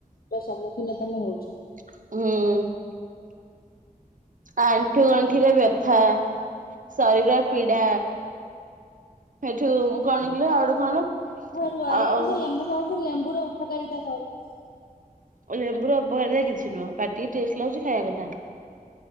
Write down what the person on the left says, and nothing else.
ର ସମ୍ମୁଖୀନ ତୋମେ ହଉଛ।
ହଉ ରୁଅ
ଏତେ ଯେ ଲେମ୍ବୁ ଖାଉଛୁ, ଲେମ୍ବୁର ଉପକାରିତା କହିଲ?